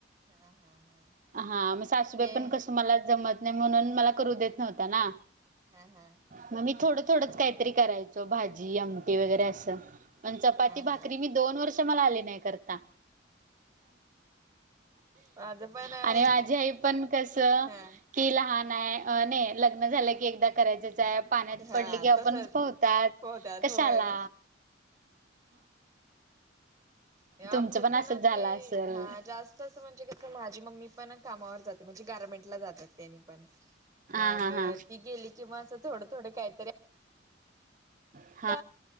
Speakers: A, on the right; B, on the right.
A: हा हा हा
B: हां मग सासूबाई
A: ते
B: पण कसं मला जमत नाही म्हणून मला करू देत नव्हत्या ना.
A: हां हां.
B: मग मी थोडं थोडंच काहीतरी करायचो भाजी आमटी वगैरे असं पण चपाती
A: हा
B: भाकरी
A: हा
B: मी दोन वर्ष मला आले नाही करता.
A: माझं पण आहे
B: आणि माझी आई पण कसं
A: हा
B: की लहान आहे, नाही लग्न झालं की एकदा करायचं च आहे पाण्यात
A: हा
B: पडली की आपणच
A: तसच
B: पोहतात
A: पोहतात
B: कशाला
A: होय ती आमच्यात
B: तुमचं
A: पण
B: असंच झालं
A: ती,
B: असेल
A: हा जास्त तसं म्हणजे कसं माझी मम्मी पण कामावर जाते, म्हणजे गारर्मेंट ला जातात त्यांनी पण.
B: हा
A: मग
B: हा हा
A: ती गेली कि मं थोडं थोडं काहीतरी
B: हो <inaudible>
A: ठ